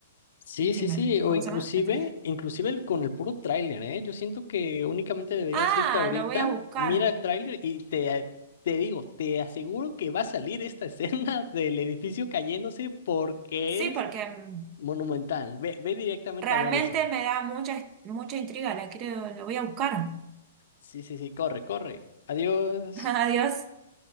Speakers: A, on the left; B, on the right.
A: sí,
B: streamer,
A: sí, sí. O
B: ¿cómo
A: inclusive,
B: se llama? Este.
A: inclusive el- con el puro tráiler, ¿eh? Yo siento que únicamente deberías
B: Ah,
A: irte ahorita,
B: lo voy a buscar.
A: mira el tráiler y te, te digo, te aseguro que va a salir esta escena <laughs> del edificio cayéndose porque
B: Sí,
A: es
B: porque mm,
A: Monumental. Ve, ve directamente
B: realmente
A: a ver eso.
B: me da mucha, mucha intriga, la quiero, lo voy a buscar.
A: Sí, sí, sí, corre, corre. Adiós.
B: <laughs> Adiós.